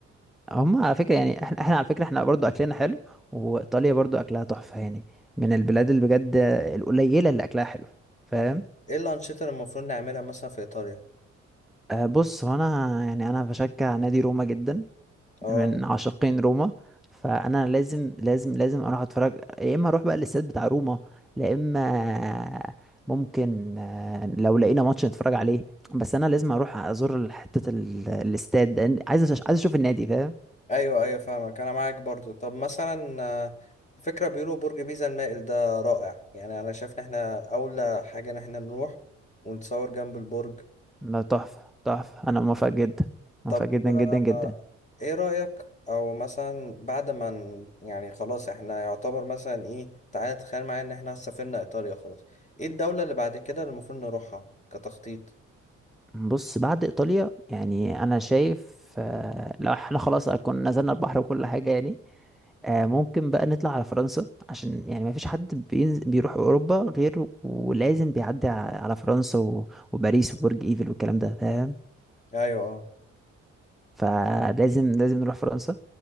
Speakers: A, in the centre; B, on the left (about 20°).
A: هم على فكرة يعني احنا احنا على فكرة احنا برضو اكلنا حلو وايطاليا برضو اكلها تحفة يعني من البلاد اللي بجد القليلة اللي اكلها حلو فاهم
B: ايه الأنشطة اللي المفروض نعملها مثلا في إيطاليا
A: أه بص هو انا يعني انا بشجع نادي روما جدا
B: اه
A: من عاشقين روما فانا لازم لازم لازم اروح اتفرج يا اما اروح بقى الاستاد بتاع روما لا اما ممكن آه، لو لقينا ماتش نتفرج عليه بس انا لازم اروح ازور حته ال- الاستاد لأن عايز أش- عايز اشوف النادي فاهم
B: ايوه ايوه فاهمك انا معاك برضو طب مثلا آه، فكرة بيقولوا برج بيزا المائل ده رائع يعني انا شايف ان احنا اولى حاجة ان احنا نروح ونتصور جنب البرج
A: ده تحفه تحفه انا موافق جدا موافق
B: طب
A: جدا
B: آه،
A: جدا جدا
B: ايه رأيك او مثلا بعد ما ن- يعني خلاص احنا يعتبر مثلا ايه تعالى تخيل معايا ان احنا سافرنا ايطاليا خلاص ايه الدولة اللي بعد كده اللي المفروض نروحها كتخطيط
A: بص بعد ايطاليا يعني انا شايف آه، لو احنا خلاص كنا نزلنا البحر وكل حاجه يعني آه، ممكن بقى نطلع على فرنسا عشان يعني ما فيش حد بينز... بيروح اوروبا غير ولازم بيعدي ع- على فرنسا و... وباريس وبرج ايفل والكلام ده فاهم
B: ايوه اه
A: فلازم لازم نروح فرنسا